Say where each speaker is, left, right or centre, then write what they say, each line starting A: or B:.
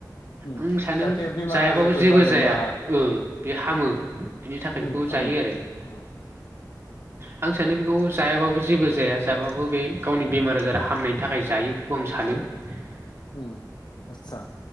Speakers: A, on the left; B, on the right.
A: उम
B: आं सानो
A: जाहाथे बेमार
B: जायाबाबो
A: आजारफोर
B: ज जेबो
A: जादोंबा
B: जाया बे हामो बिनि थाखाय बेखौ
A: उम हामो
B: जायो
A: अ
B: आरो <inaudible> आं सानो बेखौ जायाबाबो जेबो जाया जाबाबो बे गावनि बेमार आजार हामनायनि थाखाय जायो बेखौ आं सानो नो
A: औ आस्सा